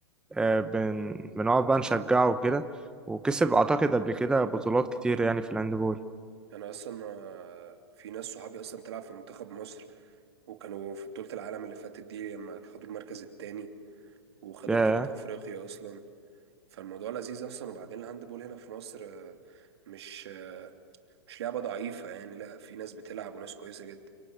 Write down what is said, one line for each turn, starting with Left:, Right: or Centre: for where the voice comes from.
Centre: آه، بن... بنقعد بقى نشجعه وكده وكسب اعتقد قبل كده بطولات كتير يعني في الهاندبول
Right: انا اصلا آه، في ناس صحابي اصلا بتلعب في منتخب مصر وكانوا في بطوله العالم اللي فاتت دي لما خدوا المركز التاني وخدوا
Centre: ياه
Right: بطوله افريقيا اصلا فالموضوع لذيذ اصلا وبعدين الهاندبول هنا في مصر آه، مش آه، مش لعبه ضعيفه يعني لا في ناس بتلعب وناس كويسه جدا